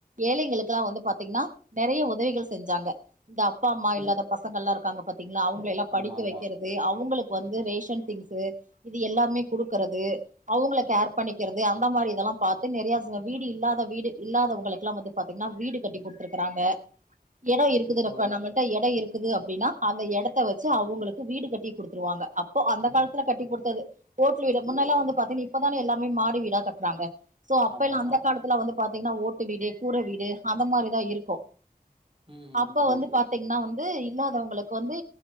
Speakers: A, on the right (about 55°); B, on the right (about 35°).
A: ஏழைகளுக்குல்லா வந்து பாத்தீங்னா நெறைய உ உதவிகள் செஞ்சாங்க இந்த அப்பா அம்மா இல்லாத
B: ம்.
A: பசங்கள்லா இருக்காங்க பாத்தீங்ளா அவங்க எல்லா படிக்க
B: ஆமா, ஆமா.
A: வைக்கிற அவங்களுக்கு வந்து ரேஷன் திங்ஸ்ஸு இது எல்லாமே குடுக்கறது அவங்கள கேர் பண்ணிக்கிறது அந்த மாரி இதெல்லா பாத்து நெறைய வீடு இல்லாத வீடு இல்லாதவங்களுக்லா வந்து பாத்தீங்னா வீடு கட்டி குடுத்துருக்றாங்க எடோ இருக்குது இப்ப
B: ஓ!
A: நம்ம கிட்ட எடம் இருக்குது அப்டினா அந்த எடத்த வச்சு அவுங்களுக்கு வீடு கட்டி குடுத்துருவாங்க அப்போ அந்த காலத்துல கட்டி குடுத்தது ஓட்டு வீடு முன்னெல்லா வந்து பாத்தீங்க இப்பதான எல்லாமே மாடி வீடா கட்றாங்க சோ அப்ப
B: ஆமாமா.
A: எல்லா அந்த காலத்துல வந்து பாத்தீங்னா ஓட்டு வீடு, கூர வீடு அந்த மாரிதா இருக்கு
B: ம், ம்.
A: அப்ப
B: புரியுது.
A: வந்து பாத் தீங்னா வந்து இல்லாதவங்களுக்கு வந்து